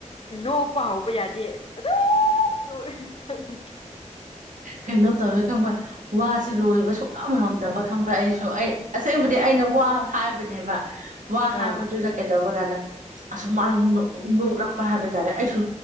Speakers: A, on the left (about 50°); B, on the right (about 85°).
A: ꯅꯣꯛꯄ ꯍꯧꯕ ꯌꯥꯗꯦ ꯑꯗꯨꯝ ꯅꯣꯛꯑꯦ
B: ꯀꯩꯅꯣ ꯇꯧꯋꯦ ꯈꯪꯕ꯭ꯔꯥ ꯋꯥꯁꯦ ꯂꯣꯏꯕ ꯁꯨꯡꯉꯝ ꯉꯝꯗꯕ ꯈꯪꯕ꯭ꯔꯥ ꯑꯩꯁꯨ ꯑꯩ ꯑꯁꯦꯡꯕ ꯑꯩꯅ ꯋꯥ ꯍꯥꯏꯕꯅꯦꯕ ꯋꯥ ꯍꯥꯏꯕꯗꯨꯗ
A: ꯑꯥ
B: ꯀꯩꯗꯧꯕ ꯀꯥꯟꯗ ꯑꯁ ꯃꯥꯁꯨ ꯅꯣꯛ ꯅꯣꯛꯂꯛꯄ ꯍꯥꯏꯕ ꯇꯥꯔꯦ ꯑꯩꯁꯨ